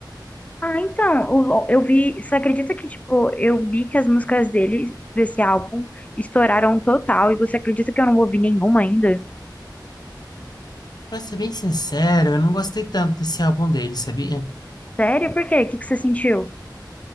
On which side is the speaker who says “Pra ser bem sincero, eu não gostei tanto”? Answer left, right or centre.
Left